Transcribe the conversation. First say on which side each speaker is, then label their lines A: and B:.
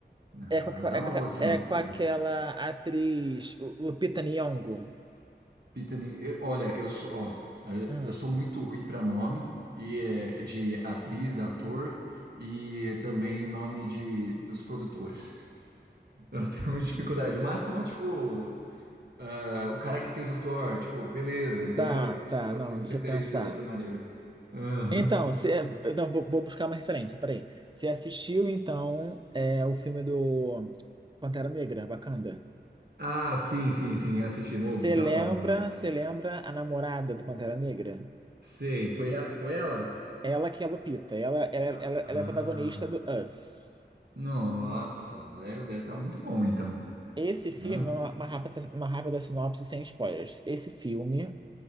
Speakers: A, on the right; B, on the right.
A: Ah,
B: É com, aquela-
A: dá
B: é,
A: uma
B: com, aquela-
A: boa sinopse
B: é com aquela
A: aí.
B: atriz Lu- Lupita Nyong'o.
A: Pitani, eu- olha, eu sou, ó, é,
B: Hum,
A: eu sou muito ruim para nome e é, de atriz, ator e também nome de dos produtores. <laughs> Eu tenho muita dificuldade. O máximo, tipo, ah, o cara que fez o Thor, tipo, beleza, entendeu?
B: tá,
A: Tipo
B: tá,
A: assim,
B: não, deixa
A: referência
B: eu pensar.
A: dessa maneira. Aham.
B: Então, você, então vou, vou buscar uma referência, peraí. Você assistiu, então, é, o filme do Pantera Negra, Wakanda?
A: Ah, sim, sim, sim, assisti.
B: Você
A: Mô, da
B: lembra,
A: hora, mano.
B: você lembra a namorada do Pantera Negra?
A: Sei, foi, a- foi ela?
B: Ela que é a Lupita, ela, ela,
A: Ah,
B: ela,
A: ah.
B: ela é a protagonista do Us.
A: nossa, velho, deve estar muito bom então,
B: Esse filme,
A: né?
B: é uma, uma rápida, uma rápida sinopse sem spoilers. Esse filme